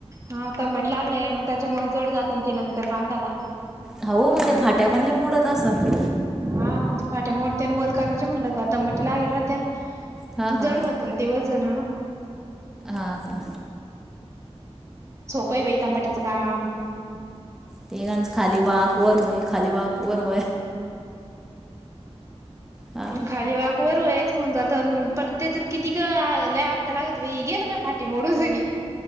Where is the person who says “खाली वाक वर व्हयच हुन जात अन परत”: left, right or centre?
Right